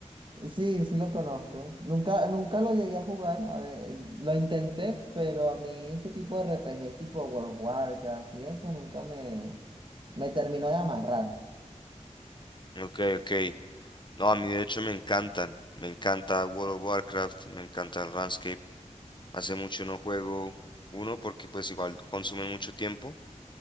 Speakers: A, on the right; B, on the left.
A: Sí, sí lo conozco. Nunca, nunca lo llegué a jugar. A ver, lo intenté, pero a mí ese tipo de R P G, tipo World of Warcraft y eso nunca me, me terminó de amarrar.
B: Ok, ok. No, a mí de hecho me encantan, me encanta World of Warcraft, me encanta el RuneScape. Hace mucho no juego uno porque pues igual consumen mucho tiempo,